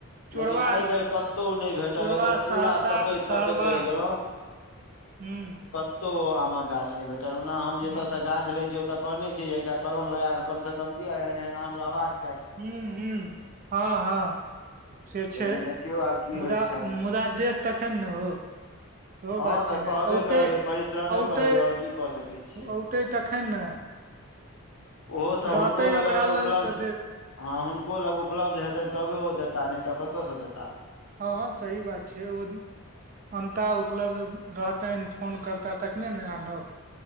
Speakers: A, on the right (about 40°); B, on the left (about 80°).
A: चोरबा
B: लेकिन एहिबेर कतहु नहि भेटल
A: चोरबा
B: एहि बेर
A: सहरसा
B: पूरा तकैत
A: सहरबा
B: तकैत रैह गेलहुँ
A: हूँ।
B: कतहु ओ आमक गाछ नहि भेटल ओना हम जतयसँ
A: हूँ
B: गाछ लैत छीय ओतय कहने छी जे एकटा कलम लगाके कम से कम दिय एहन एहन आम रहबाका
A: हूँ हूँ हँ हँ से छै
B: लेकिन देखियौ आब की
A: मुदा
B: होइ छनि
A: मुदा देत तखन ने हो सेहो
B: हँ
A: बात
B: तऽ
A: छै
B: कहबे
A: ने
B: करबै
A: ते
B: परिश्रमे करबै
A: ते
B: आओर की कऽ सकैत छियै
A: औते तखन ने
B: ओहो तऽ
A: रहतै
B: हुनको लग
A: ओकरा
B: अगर उपलब्ध
A: तऽ देत
B: हँ हुनको लग उपलब्ध हेतन तबे ओ देताह नहि तऽ कतयसँ देताह
A: हँ सहि बात छै ओ अन्ता उपलब्ध रहतैन फोन करताह तखने ने आनब